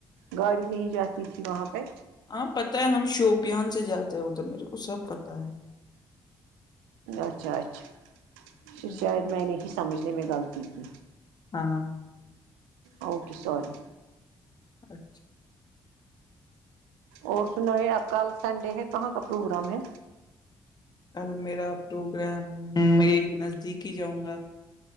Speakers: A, on the right (about 85°); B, on the left (about 40°).
A: گاڑی نہیں جاتی تھی وہاں پے
B: ہاں پتہ ہے ہم شوپیان سے جاتے ہیں ادھر میرے کو سب پتہ ہے
A: اچھا اچھا پھر
B: ہم،
A: شاید میں نہیں سمجھنے میں غلطی کی
B: ہاں
A: اوکے سوری
B: اچھا
A: اور سنایے آپ کل سنڈے ہے کہاں کا پروگرام ہے
B: کل میرا پروگرام میں نزدیک ہی جاؤں گا